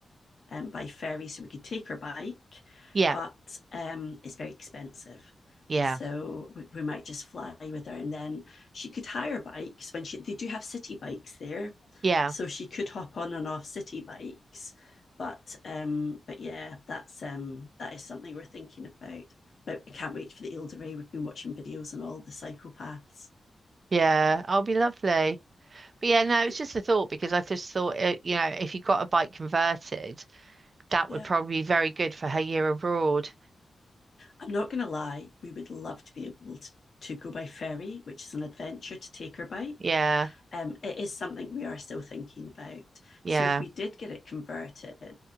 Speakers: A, on the left; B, on the right.
A: um, by ferry, so we could take our bike,
B: Yeah.
A: but um, it's very expensive.
B: Yeah.
A: So we, we might just fly with her, and then she could hire bikes when she. They do have city bikes there,
B: Yeah.
A: so she could hop on and off city bikes. But um, but yeah, that's um, that is something we're thinking about. But I can't wait for the Ilderay. We've been watching videos on all the psychopaths.
B: Yeah. I'll be lovely. But yeah,
A: I
B: no, it's
A: think,
B: just a thought because I just thought, uh, you know, if you got a bike converted, that
A: yeah,
B: would probably be very good for her year abroad.
A: I'm not going to lie. We would love to be able to, to go by ferry, which is an adventure to take her bike.
B: Yeah.
A: um, it is something we are still thinking about.
B: Yeah.
A: So if we did get it converted,